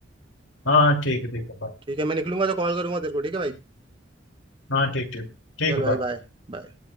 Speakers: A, on the left; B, on the right.
A: हाँ ठीक है ठीक है बाय
B: ठीक है मैं निकलूंगा तो कॉल करूंगा तेरे को ठीक है भाई
A: हाँ ठीक ठीक ठीक
B: चल
A: है
B: भाई
A: bye।
B: बाय बाय।